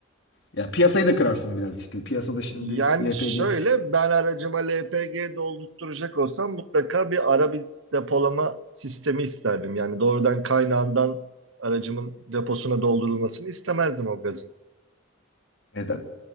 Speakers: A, on the left; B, on the right.
A: Yani piyasayı da kırarsın biraz işte. Piyasada şimdi
B: Yani
A: LPG'nin
B: şöyle ben aracıma LPG doldurtturacak olsam mutlaka bir ara bir depolama sistemi isterdim. Yani doğrudan kaynağından aracımın deposuna doldurulmasını istemezdim o gazın.
A: neden?